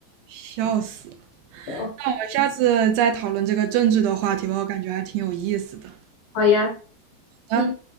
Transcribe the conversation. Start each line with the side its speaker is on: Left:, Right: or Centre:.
Right: 笑死！我
Left: 好，
Right: 们下次再讨论这个政治的话题吧，我感觉还挺有意思的。
Left: 好呀。
Right: 好的，
Left: 嗯。